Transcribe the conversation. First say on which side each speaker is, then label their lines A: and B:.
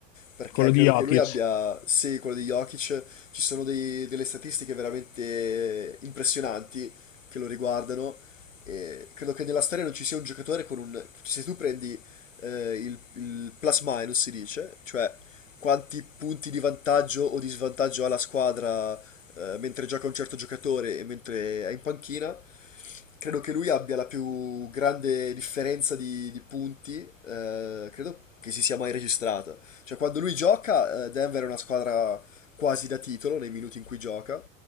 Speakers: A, on the left (about 80°); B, on the left (about 55°).
A: perché
B: Quello di
A: credo
B: Jokic.
A: che lui abbia, sì, quello di Jokic, ci sono dei- delle statistiche veramente impressionanti che lo riguardano e credo che nella storia non ci sia un giocatore con un... se tu prendi eh, il, il plus minus si dice, cioè quanti punti di vantaggio o di svantaggio ha la squadra eh, mentre gioca un certo giocatore e mentre è in panchina, Credo che lui abbia la più grande differenza di, di punti, eh, credo che si sia mai registrata. Cioè, quando lui gioca, eh, Denver è una squadra quasi da titolo nei minuti in cui gioca.